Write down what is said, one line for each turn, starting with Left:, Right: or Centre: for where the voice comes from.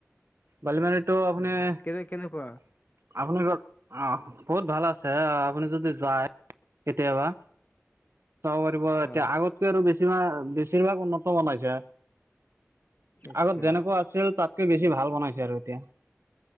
Right: বালিমাৰিটো আপুনি
Left: উম কেনে কেনেকুৱা
Right: বহুত ভাল আছে আপুনি যদি যায়, কেতিয়াবা। যাব পাৰিব এতিয়া
Left: হয়
Right: আগতকৈ আৰু বেছিভা-বেছিভাগ উন্নত বনাইছে।
Left: আচ্ছা
Right: আগত যেনেকুৱা আছিল তাতকৈ বেছি ভাল বনাইছে আৰু এতিয়া।